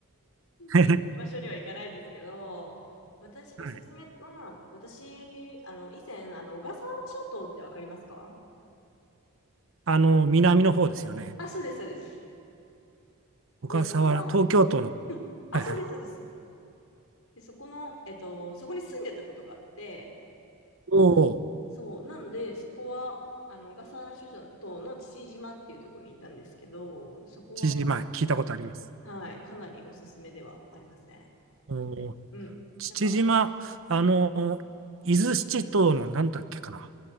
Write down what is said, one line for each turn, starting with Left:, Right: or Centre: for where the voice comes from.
Right: <laughs>
Left: 同じ場所には行かないですけど、
Right: は
Left: 私、おすすめは、
Right: い
Left: 私、あの、以前、あの、小笠原諸島ってわかりますか
Right: あの、南の方ですよね。
Left: あ、そうです、そうです。
Right: 小笠原、
Left: ね、そこの、
Right: 東京都の、
Left: うんあ、
Right: はいはい。
Left: そうです、そうです。で、そこの、えっと、そこに住んでたことがあって、
Right: おお、
Left: そう、なんで、そこは、あの、小笠原諸島の父島っていうところにいたんですけど、そこはか
Right: 父島、聞いたことあります。
Left: な、はい、かなりおすすめではありますね。
Right: おー
Left: うん。
Right: 父島、
Left: なんか、
Right: あの、伊豆七島の何だっけかな。